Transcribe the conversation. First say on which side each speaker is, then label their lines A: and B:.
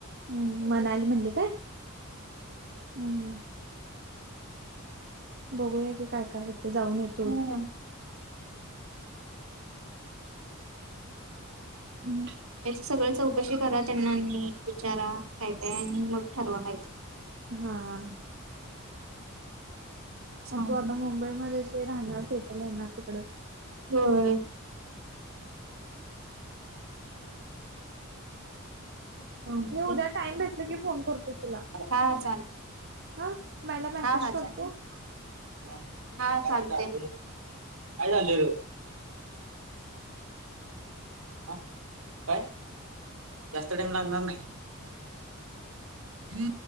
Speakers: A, on the right; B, on the right.
A: हम्म मनाली म्हणली काय हम्म् बघूया की काय काय होते जाऊन येत
B: हम्
A: हा
B: सगळं चौकशी करा त्यांना नीट विचारा काहीतय आणि मग ठरवा कायते.
A: हां,
B: चालेल
A: मग तू आता मुंबईमध्येच? ते राहणार सेटल होणार तिकडच.
B: होय. चालते
A: मी उद्या टाइम भेटला की फोन कर.. तुला
B: हा चालेल
A: हा मला मेसेज
B: हा हा
A: करतो
B: हा चालत काय चाल रे- हा काय जास्त टाइम लागणार नाही